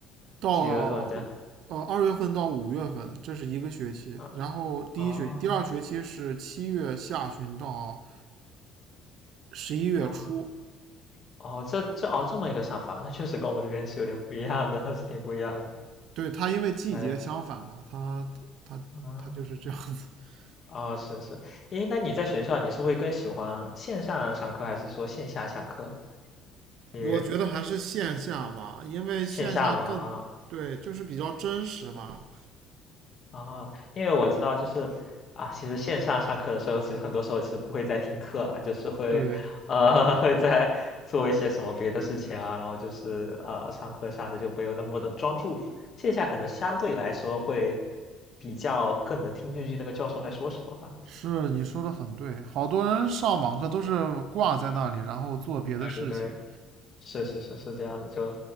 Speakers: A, on the right; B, on the left.
A: 到
B: 几月份的？样？
A: 呃二月份到五月份，这是一个学期。
B: 啊
A: 然后第一学期、
B: 哦
A: 第二学期是七月下旬到十一月初。
B: 哦哦，这这哦这么一个想法，那确实跟我们这边是有点不一样的，<laughs> 是挺不一样的。
A: 对，它因为季节相反嘛，
B: 哎，
A: 它它它就是这样子。
B: 啊
A: <laughs>
B: 哦是是，诶，那你在学校你是会更喜欢线上上课还是说线下上课？你
A: 我觉得还是线下吧，因为线下更，
B: 线下吗？啊
A: 对，就是比较真实吧。
B: 啊，因为我知道，就是啊，其实线上上课的时候，其实很多时候其实不会再听课了，就是会，
A: 对，
B: 呃，<laughs> 会在做一些什么别的事情啊，然后就是呃，上课上的就没有那么的专注，线下可能相对来说会比较更能听进去那个教授在说什么吧，这样子。
A: 是你说的很对，好多人上网课都是挂在那里，然后做别的事情。
B: 对对对，是是是是这样的，就